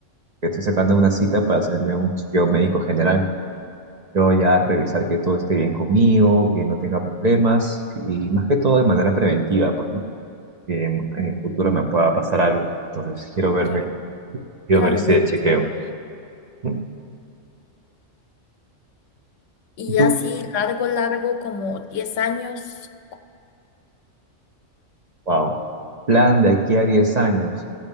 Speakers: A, on the right (about 40°); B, on the left (about 80°).
A: que estoy sacando una cita para hacerme un chequeo médico general. Yo ya revisar que todo esté bien conmigo, que no tenga problemas y más que todo de manera preventiva, pues, ¿no? Que en en el futuro me pueda pasar algo. Entonces quiero verme,
B: claro,
A: quiero
B: claro,
A: ver este
B: muy importante.
A: chequeo. ¿Mm?
B: Y
A: ¿Y tú?
B: así largo, largo, como diez años.
A: Wow. Plan de aquí a 10 años.